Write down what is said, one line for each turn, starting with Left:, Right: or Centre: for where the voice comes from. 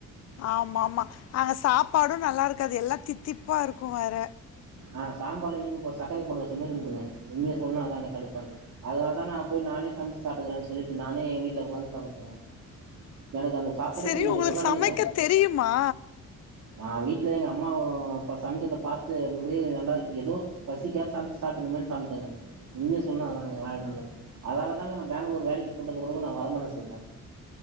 Left: ஆமா மா அங்க சாப்பாடு நல்லாருக்காது எல்லா தித்திப்பா இருக்கு வேற
Right: ஆ சாம்பார்லா இனிப்பு போ சக்கரையப் போட்டு வெச்ச மேர்ருந்துதுங்க உண்மைய சொல்னா அதாங்க கடுப்பாய் அதனால்தா நாப் போய் நானே சம்ச்சு சாப்டுகுறேன் சொல்லிட்டு நானே எங் வீட்ல உக்காந்து சமச்சேங்க எனக்கு அந்த சாப்பாடே
Left: சரி
Right: புடிக்கது
Left: உங்களுக்கு
Right: எப்பர்றா
Left: சமைக்க
Right: நீங்க சாப்
Left: தெரியுமா
Right: நா வீட்ல எங்க அம்மாவுப சமைக்கதப் பாத்து <unintelligible> நல்லா எதோ பசிக்காக சம்ச்சு சாப்டுந்தமேன் சம்ச்சங்க நீங்க சொன்னாதாங்க வேற ஒன்னு இல்ல அதனால தாங்க நா பெங்களூர் வேலைக்கு போட்டது கூடக்கு நா வர முல்லன் சொன்ன